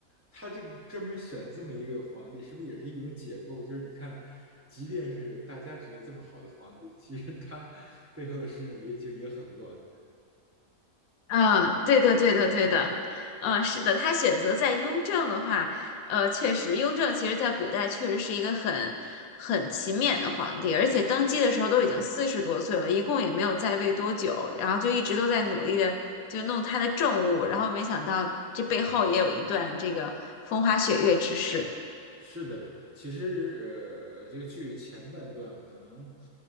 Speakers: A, on the right; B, on the left.
A: 他这个专门选这么一个皇帝，是不是也是一种解构？就是你看，即便是大家觉得这么好的皇帝，其实他背后的事情也就也很乱。
B: 啊，对的，对的，对的，嗯，是的，他选择在雍正的话，呃，确实，雍正其实在古代确实是一个很很勤勉的皇帝，而且登基的时候都已经四十多岁了，一共也没有在位多久，然后就一直都在努力的就弄他的政务，然后没想到这背后也有一段这个风花雪月之事。
A: 是的，其实呃，这个剧前半段可能，